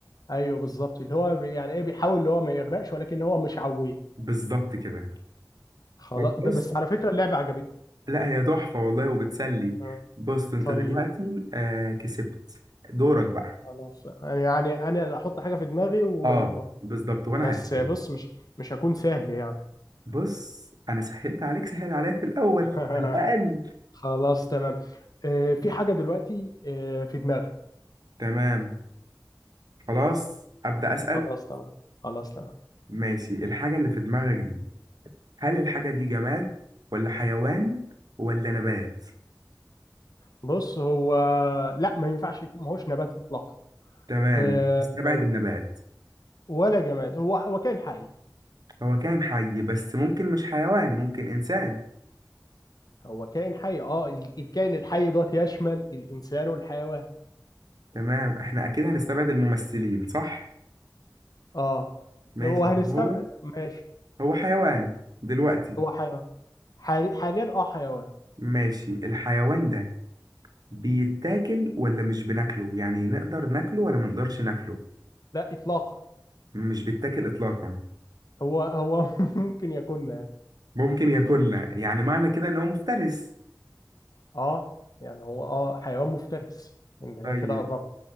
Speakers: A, on the left; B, on the right.
A: ايوه بالظبط اللي هو بي يعني ايه بيحاول اللي هو ما يغرقش ولكن هو مش عويه
B: بالظبط كده
A: خلاص
B: طب
A: ب-
B: بص
A: بس على فكره اللعبه عجبتني
B: لا هي تحفه والله وبتسلي
A: آه،
B: بص انت
A: طيب
B: دلوقتي آه كسبت دورك بقى
A: خلاص انا يعني انا اللي احط حاجه في دماغي و...
B: اه بالظبط وانا
A: بس
B: هسأل
A: بص مش مش هكون سهل يعني
B: بص انا سهلت عليك سهل عليا في الاول
A: <laughs>
B: على الاقل
A: خلاص تمام آه، في حاجه دلوقتي آه، في دماغي
B: تمام خلاص ابدا اسال
A: خلاص تمام خلاص تمام
B: ماشي الحاجه اللي في دماغك دي هل الحاجه دي جماد ولا حيوان ولا نبات
A: بص هو لا ما ينفعش يكون ما هوش نبات اطلاقا
B: تمام
A: آه،
B: استبعد النبات
A: ولا جماد هو هو كائن حي
B: هو كان حي بس ممكن مش حيوان ممكن انسان
A: هو كائن حي اه ال- الكائن الحي دوت يشمل الانسان والحيوان
B: تمام احنا اكيد هنستبعد الممثلين صح
A: اه
B: ماشي
A: لو هنستبعد
B: هو
A: ماشي
B: هو حيوان دلوقتي
A: هو حيوان حال- حاليا اه حيوان
B: ماشي الحيوان ده بيتاكل ولا مش بناكله يعني نقدر ناكله ولا ما نقدرش ناكله
A: لا اطلاقا
B: مش بيتاكل إطلاقا
A: هو هو <laughs> ممكن يكون
B: ممكن ياكلها يعني معنى كده إن هو مفترس
A: اه يعني هو اه حيوان مفترس يعني انا
B: طيب
A: كده قربت